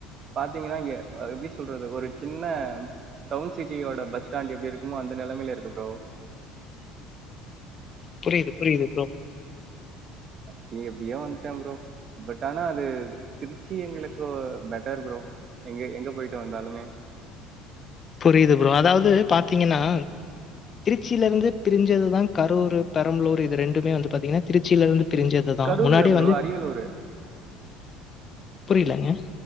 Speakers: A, on the right; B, on the left.
A: பாத்தீங்கன்னா அ அது எப்டி சொல்றது ஒரு சின்ன டவுன் சிட்டியோட பஸ்டாண்டு எப்டி இருக்குமோ அந்த நெலமையுல இருக்கு ப்ரோ
B: புரியுது புரியுது ப்ரோ
A: அப்டி எப்டியோ வந்துட்டே ப்ரோ பட் ஆனா அது திருச்சி எங்குளுக்கு பெட்டர் ப்ரோ எங்க எங்க போயிட்டு வந்தாலுமே
B: புரியுது ப்ரோ அதாவது பாத்தீங்கன்னா திருச்சிலிருந்து பிரிஞ்சதுதா கரூர் பெரம்பலூர் இது ரெண்டுமே வந்து பாத்தீங்கன்னா திருச்சியில இருந்து பிரிஞ்சது அதுதா
A: கரூர்
B: முன்னாடியே
A: இல்ல ப்ரோ.
B: வந்து
A: அரியலூரு.
B: புரியலங்க